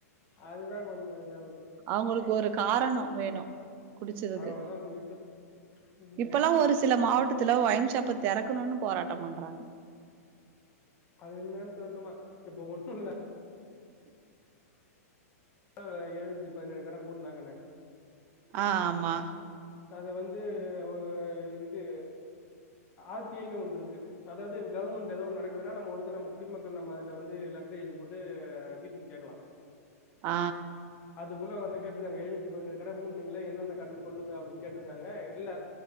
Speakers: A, on the left; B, on the right.
A: அதுதான் கொஞ்ச இதாவது
B: அவுங்களுக்கு ஒரு காரணம் வேணும் குடிச்சதுக்கு
A: அதனாலதா குடிக்க ம்
B: இப்பல்லாம் ஒரு சில மாவ ட்டத்துல்ல ஒய்ன் சாப்ப தெறக்கணும்னு போராட்டம் பண்றாங்க
A: அது என்னானு தெர்லம்மா இப்ப ஓசூர்ல ங்கள எழுநூத்தி பதினேழு கட மூட்நாங்கன்னு
B: ஆ ஆமா
A: அத வந்து ஒ இது ஆர் டி ஐ னு ஒன்று இருக்கு கதவே கவர்மெண்ட் ஏதோ நடக்குதுன்னா நம்ம வந்து நம்ம குடிமக்கள் நம்ம அதுல வந்து லெட்டர் எழுதி போட்டு டீட் டேல் கேட்கலாம்
B: ஆ
A: அது போல வந்து கேட்டுருக்காங்க எழுநூத்தி பதினேழு கட மூன்னீங்கள என்ன என்ன கட சொல்லுங்க அப்டின்னு கேட்டுருக்காங்க இல்ல